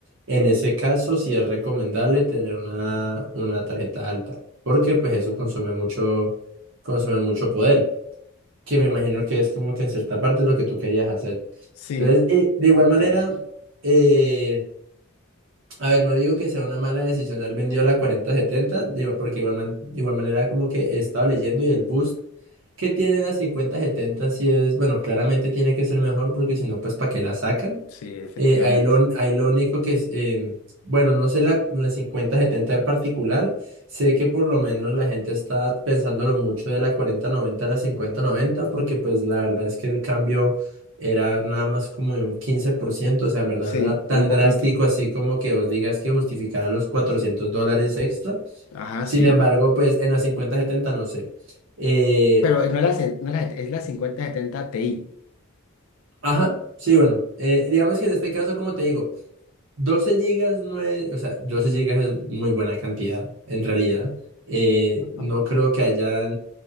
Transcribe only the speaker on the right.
En ese caso, sí es recomendable tener una, una tarjeta alta, porque pues eso consume mucho, consume mucho poder que me imagino que es como que en cierta parte lo que tú querías hacer.
Entonces, eh, de igual
manera, eh, a ver, no digo que sea una mala decisión haber vendido la 4070, digo, porque igual, man- igual manera como que he estado leyendo y el boost que tiene la 5070 sí es, bueno, claramente tiene que ser mejor porque si no, pues ¿para qué la sacan?
Eh, ahí lo, ahí lo único que es, eh, bueno, no sé la, la 5070 en particular, sé que por lo menos la gente está pensándolo mucho de la 4090 a la 5090 porque pues la verdad es que el cambio era nada más como de un 15%, o sea, en verdad
no era tan
drástico así como que vos digas que justificará los 400 dólares extra.
Sin
embargo, pues en la 50-70 no sé. Eh,
ajá, sí, bueno, eh, digamos que en este caso, como te digo, 12 gigas no es, o sea, 12 gigas es muy buena cantidad, en realidad. Eh, no
creo que haya